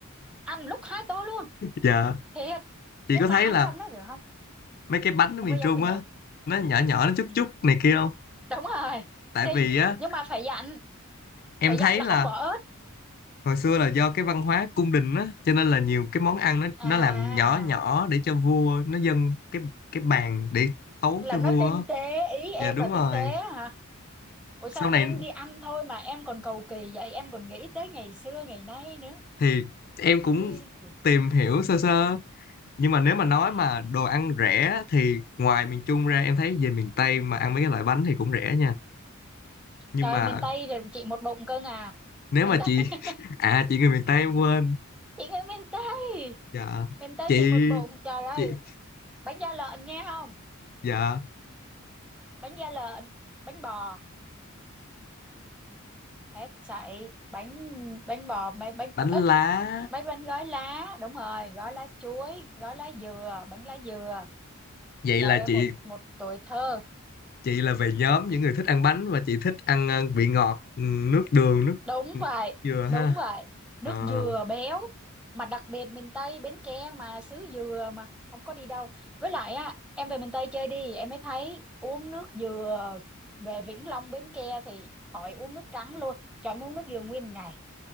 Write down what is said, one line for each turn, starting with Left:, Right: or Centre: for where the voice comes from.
Centre: ăn lúc hai tô luôn
Left: dạ
Centre: thiệt
Left: chị
Centre: nhưng
Left: có
Centre: mà
Left: thấy
Centre: ăn
Left: là
Centre: xong nó rồi không
Left: mấy cái bánh ở
Centre: không
Left: miền
Centre: có giống
Left: Trung
Centre: miền
Left: á
Centre: Nam
Left: nó nhỏ nhỏ nó chút
Centre: ừ,
Left: chút này kia không
Centre: đúng rồi
Left: tại
Centre: xinh
Left: vì á
Centre: nhưng mà phải dặn
Left: em
Centre: phải
Left: thấy
Centre: dặn là
Left: là
Centre: không bỏ ớt
Left: hồi xưa là do cái văn hóa cung đình á cho nên là nhiều cái món ăn nó
Centre: à
Left: nó làm nhỏ nhỏ để cho vua nó dâng cái cái bàn để tấu
Centre: là
Left: cho
Centre: nó
Left: vua
Centre: tinh
Left: á.
Centre: tế ý em
Left: dạ đúng
Centre: là tinh
Left: rồi
Centre: tế hả ủa sao
Left: sau này
Centre: em đi ăn thôi mà em còn cầu kỳ vậy em còn nghĩ tới ngày xưa ngày nay nữa
Left: thì em cũng
Centre: Ê, thiệt
Left: tìm hiểu sơ sơ nhưng mà nếu mà nói
Centre: à
Left: mà đồ ăn rẻ á, thì ngoài miền Trung ra em thấy về miền Tây mà ăn mấy cái loại bánh thì cũng rẻ nha nhưng
Centre: trời
Left: mà
Centre: miền Tây rồi chị một bụng cưng à
Left: nếu
Centre: miền
Left: mà
Centre: Tây
Left: chị
Centre: <laughs>
Left: <laughs> à chị người miền Tây em quên
Centre: chị người miền Tây
Left: dạ
Centre: miền Tây
Left: chị
Centre: chị một bụng trời ơi
Left: chị
Centre: bánh da lợn nghe không
Left: dạ
Centre: bánh da lợn bánh bò hết sậy bánh bánh bò bánh bánh
Left: bánh
Centre: ít
Left: lá
Centre: bánh bánh gói lá đúng rồi gói lá chuối gói lá dừa bánh lá dừa
Left: vậy
Centre: trời
Left: là
Centre: ơi
Left: chị
Centre: một một tuổi thơ
Left: chị là về nhóm những người thích ăn bánh và chị thích ăn ờ, vị ngọt ừ, nước đường nước
Centre: đúng
Left: nước
Centre: vậy
Left: dừa
Centre: đúng
Left: ha
Centre: vậy nước
Left: Ờ,
Centre: dừa béo mà đặc biệt miền Tây Bến Tre mà xứ dừa mà không có đi đâu với lại á em về miền Tây chơi đi em mới thấy uống nước dừa về Vĩnh Long Bến Tre thì khỏi uống nước trắng luôn trời em uống nước dừa nguyên ngày